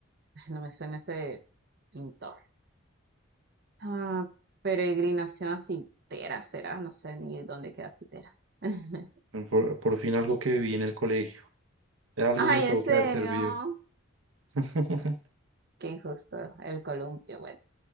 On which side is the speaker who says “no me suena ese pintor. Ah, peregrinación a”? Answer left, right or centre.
Right